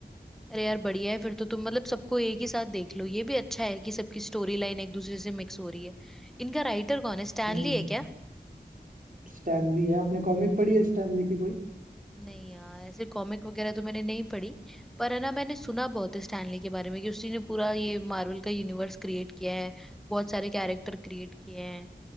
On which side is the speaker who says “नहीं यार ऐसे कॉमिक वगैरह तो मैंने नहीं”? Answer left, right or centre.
Centre